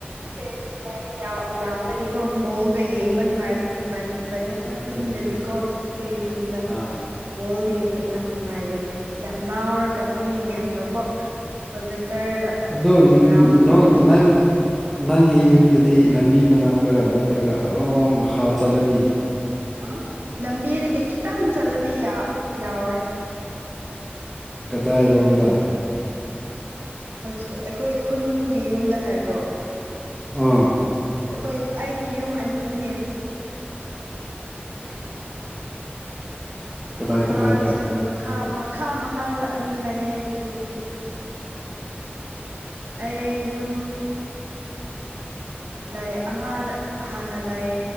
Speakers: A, on the right; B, in the centre.
A: ꯐ꯭ꯔꯦꯟ ꯁꯨꯃꯥꯏꯅ ꯌꯥꯝꯕꯒꯤꯀꯣ ꯕꯣꯜꯒ ꯌꯦꯡꯕ ꯅꯨꯡꯉꯥꯏꯕꯕꯅꯤ ꯕꯅꯦ
B: ꯍꯣꯏꯅꯦ
A: ꯈꯨꯟꯗꯗꯤꯀꯣ
B: ꯍꯣꯏꯅꯦ
A: ꯑꯩꯈꯣꯏꯒꯤ ꯈꯨꯟꯗ
B: ꯑꯥ
A: ꯕꫭꯜꯗꯤ ꯌꯦꯡꯕ ꯌꯥꯝ ꯅꯨꯡꯉꯥꯏꯕꯅꯦ ꯌꯥꯝ ꯂꯥꯎꯔꯒ ꯃꯤ ꯃꯤ ꯌꯥꯝꯒꯀꯣ ꯄ꯭ꯔꯣꯖꯦꯛꯇꯔꯗ
B: ꯑꯗꯨ
A: ꯒ꯭ꯔꯥꯎꯟꯒꯨꯝꯕꯗ
B: ꯅꯣꯟ ꯅꯪ
A: ꯇꯥꯎ
B: ꯅꯪꯒꯤ ꯌꯨꯝꯗꯗꯤ ꯂꯝꯕꯤ ꯃꯅꯥꯛꯇꯔ ꯅꯠꯇ꯭ꯔꯒ ꯑꯣꯝ ꯃꯈꯥ ꯆꯠꯂꯅꯤ
A: ꯑ ꯂꯝꯕꯤꯗ ꯀꯩ ꯈꯤꯇꯪ ꯆꯠꯂꯗꯤ ꯌꯥꯎꯔꯦ
B: ꯀꯗꯥꯏꯔꯣꯝꯗ
A: ꯍꯧꯖꯤꯛ ꯑꯩꯈꯣꯏ ꯈꯨꯟꯒꯤ ꯌꯨꯝꯗ ꯍꯥꯏꯕ꯭ꯔꯣ
B: ꯑꯥ
A: ꯑꯩꯈꯣꯏ ꯑꯩꯗꯤ ꯌꯨꯝ ꯑꯅꯤꯅꯦ
B: <inaudible> ꯀꯗꯥꯏ
A: ꯃꯈꯥ
B: ꯀꯗꯥꯏꯗ
A: ꯃꯈꯥ ꯃꯈꯥ ꯃꯈꯥꯗ ꯑꯅꯤ ꯂꯩꯌꯦ ꯑꯩꯒꯤ ꯌꯨꯝꯗꯤ ꯑꯩ ꯌꯨꯝ ꯂꯩ ꯑꯃ ꯍꯥꯟꯅ ꯂꯩ